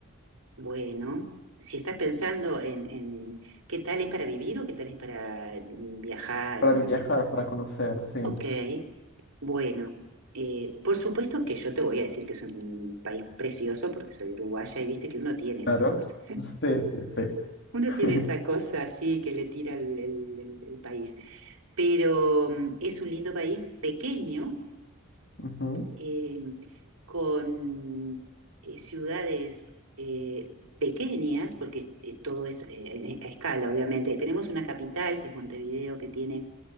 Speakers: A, on the right (about 85°); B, on the left (about 55°).
A: Bueno, si estás pensando en, en qué tal es para vivir o qué tal es para mm, viajar
B: Para
A: o
B: viajar,
A: algo.
B: para conocer, sí.
A: Ok, bueno, eh, por supuesto que yo te voy a decir que es un país precioso porque soy uruguaya y viste que uno tiene
B: Claro.
A: esa cosa.
B: Sí, sí, sí.
A: Uno
B: <laughs>
A: tiene esa cosa así que le tira el, el- el- el país, pero mm, es un lindo país pequeño
B: Ujú.
A: eh, con eh, ciudades eh, pequeñas, porque eh, todo es eh, a escala, obviamente. Tenemos una capital, que es Montevideo, que tiene